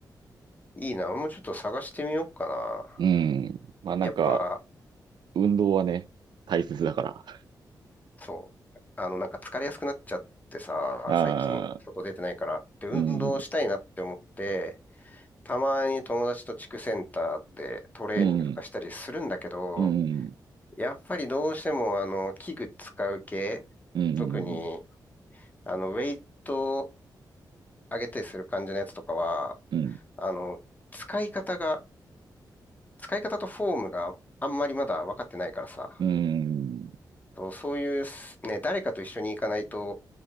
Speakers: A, on the left (about 20°); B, on the right (about 75°).
A: いいな。俺もうちょっと探してみようかな。
B: う。うん。まあなんか、
A: やっぱ、
B: 運動はね、大切だから。
A: そう。あの、なんか疲れやすくなっちゃってさ、
B: ああ、
A: 最近、外出てないから。で、運動したいなって思って、
B: うん、
A: たまに友達と地区センターでトレーニングとかしたりするんだけど、
B: うん、うん、
A: やっぱりどうしても、あの、器具使う系、
B: うん、
A: 特に、あの、ウェイトを上げたりする感じのやつとかは、
B: うん、
A: あの、使い方が、使い方とフォームがあんまりまだ分かってないからさ、
B: うん、
A: そうそういうすね、誰かと一緒に行かないと